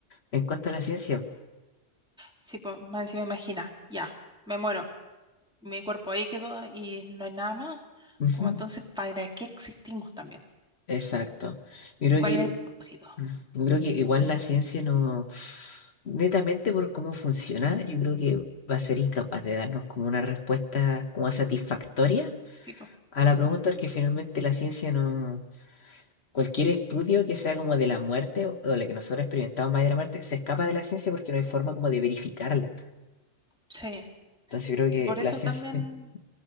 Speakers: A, on the left; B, in the centre.
A: En cuanto a la ciencia,
B: si pues, más encima imagina, ya, me muero, mi cuerpo ahí quedó y no hay nada más,
A: ujú,
B: como entonces, ¿para qué existimos también?
A: Exacto. Yo creo
B: ¿Cuál
A: que,
B: es el propósito?
A: yo creo que igual la ciencia no, netamente por cómo funciona, yo creo que va a ser incapaz de darnos como una respuesta como satisfactoria
B: Tipo,
A: a la pregunta, porque finalmente la ciencia no, cualquier estudio que sea como de la muerte o, o la que nosotros experimentamos más de la muerte, se escapa de la ciencia porque no hay forma como de verificarla.
B: sí,
A: Entonces yo creo
B: que
A: que
B: por eso
A: la ciencia
B: también,
A: siempre...